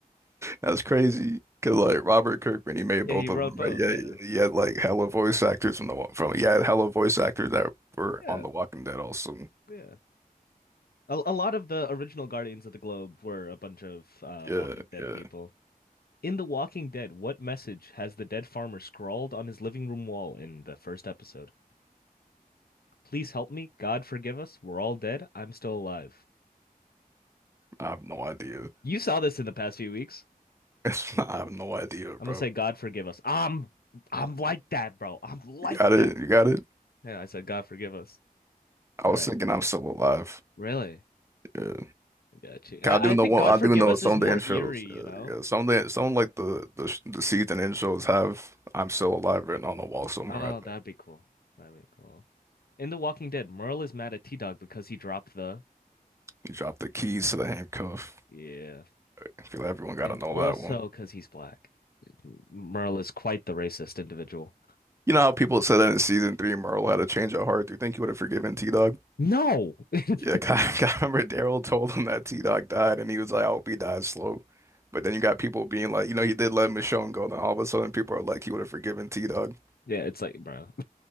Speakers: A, on the right; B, on the left.
A: that's crazy. Cause like Robert Kirkman, he made
B: Yeah,
A: both
B: he wrote
A: of them,
B: both.
A: right? Yeah,
B: Yeah.
A: yeah, he had like hella voice actors from the Wa- from yeah, hella voice actors that were
B: Yeah.
A: on The Walking Dead also.
B: Yeah. A, a lot of the original Guardians of the Globe were a bunch of uh,
A: Yeah,
B: Walking Dead
A: yeah.
B: people. In The Walking Dead, what message has the dead farmer scrawled on his living room wall in the first episode? Please help me. God forgive us. We're all dead. I'm still alive.
A: I have no idea.
B: You saw this in the past few weeks.
A: <laughs> I have no idea, bro.
B: I'm gonna say God forgive us. I'm I'm like that, bro. I'm like
A: You got it.
B: that.
A: You got it.
B: Yeah, I said God forgive us.
A: I was
B: All right.
A: thinking I'm still alive.
B: Really?
A: Yeah.
B: I got you. I,
A: I do
B: I
A: know
B: think
A: one,
B: God
A: I
B: forgive
A: do know
B: us
A: some
B: is
A: of
B: more
A: the intros.
B: eerie, you
A: Uh,
B: know?
A: yeah, some of the some like the the sh- the season intros have "I'm Still Alive" written on the wall somewhere.
B: Oh,
A: I think
B: that'd be cool. That'd be cool. In The Walking Dead, Merle is mad at T-Dog because he dropped the
A: you drop the keys to the handcuff.
B: yeah,
A: I feel like everyone got
B: and
A: to know
B: also
A: that one.
B: because he's black. Merle is quite the racist individual.
A: You know how people said that in season three, Merle had a change of heart. Do you think he would have forgiven T-Dog?
B: No. <laughs>
A: Yeah, <laughs> I, I remember Daryl told him that T-Dog died, and he was like, "I hope he dies slow." But then you got people being like, you know, he did let Michonne go, and then all of a sudden people are like, he would have forgiven T-Dog.
B: Yeah, it's like, bro.